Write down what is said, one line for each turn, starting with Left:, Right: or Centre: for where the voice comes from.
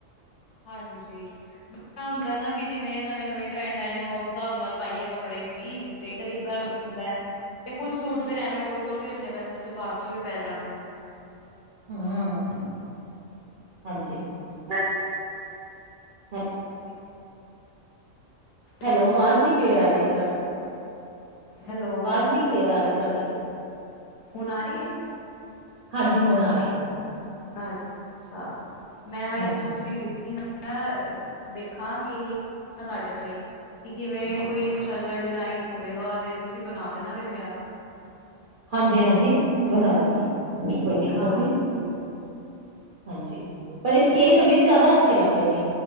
Left: ਹਾਂਜੀ <inaudible> ਇਹਦਾ ਨਾ ਵੀ ਜਿਵੇਂ ਨਵੇਂ ਨਵੇਂ ਟਰੈਂਡ ਆਏ ਨੇ ਉਸ ਹਿਸਾਬ ਨਾਲ ਪਾਈਏ ਕੱਪੜੇ ਵੀ। ਵੀਹ ਤੇ ਕਦੀ ਕਧਾਰ ਹੋ ਜਾਂਦਾ। ਤੇ ਕੁੱਝ ਸੂਟ ਫਿਰ ਐਵੇਂ ਓਵਰਆਲ ਵੀ ਰੱਖਣੇ ਪੈਂਦੇ ਨੇ ਜੋ ਬਾਅਦ ਚੋਂ ਵੀ ਪੈ ਜਾਣ।
Right: ਹਾਂ, ਹਾਂਜੀ। <unintelligible>
Left: ਹਾਂਜੀ
Right: ਹੈਲੋ,
Left: ਮੈਂ
Right: ਆਵਾਜ਼
Left: ਖੁਦ
Right: ਨੀ ਕਲੀਅਰ ਆ ਰਹੀ ਤੁਹਾਡ,
Left: ਹੈਲੋ
Right: ਆਵਾਜ਼ ਨੀ ਕਲੀਅਰ ਆ ਰਹੀ ਤੁਹਾਡੀ। ਠੀਕ।
Left: ਹੁਣ ਆ ਰਹੀ ਏ।
Right: ਹਾਂਜੀ, ਹੁਣ ਆ ਰਹੀ ਏ।
Left: ਅੱਛਾ, ਮੈਂ ਉਹੀ
Right: ਹਾਂਜੀ
Left: ਪੁੱਛੀ ਰਹੀ ਸੀ। ਮੈਂ ਦੇਖਾਂ ਕਿ ਤੁਹਾਡੇ ਤੋਂ ਹੀ ਕਿ ਕਿਵੇਂ ਕੋਈ ਅੱਛਾ ਜਹਾ ਡਿਜਾਇਨ ਹੋਵੇਗਾ ਤੇ ਤੁਸੀਂ ਬਣਾ ਦੇਣਾ ਫਿਰ ਮੇਰਾ।
Right: ਹਾਂਜੀ ਹਾਂਜੀ, ਬਣਾ ਦਾਂਗੀ। ਕੋਈ ਦਿੱਕਤ
Left: ਹਾਂਜੀ
Right: ਨਹੀਂ, ਹਾਂਜੀ ਪਰ ਇਸ ਕੇਲ ਕਮੀਜ਼ ਜ਼ਿਆਦਾ ਅੱਛੇ ਲੱਗਦੇ ਨੇ